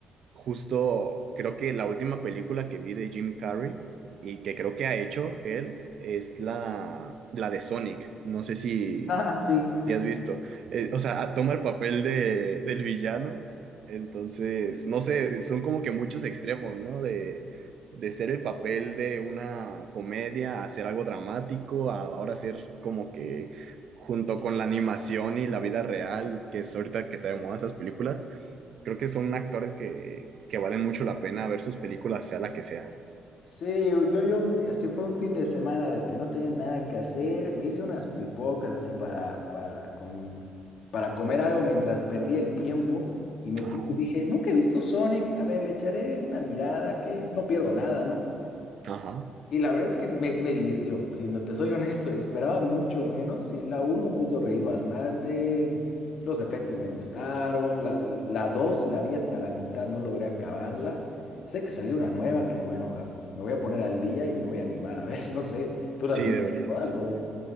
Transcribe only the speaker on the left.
<laughs> Ah, sí.
Sí, yo, yo, un- así fue un fin de semana de que no tenía nada que hacer. Me hice unas pipocas así para, para, con mis- para comer algo mientras perdía el tiempo y me puse,
dije, nunca he visto Sonic, a ver, le echaré una mirada que no pierdo nada, ¿no?
Y la verdad es que me, me divirtió, así, no te soy honesto, esperaba mucho menos y la uno me hizo reír bastante, los efectos me gustaron, la, la 2 la vi hasta la mitad, no logré acabarla. Sé que salió una nueva que, bueno, al- me voy a poner al día y me voy a animar a ver, <laughs> no sé, ¿tú las
viste
todas o...?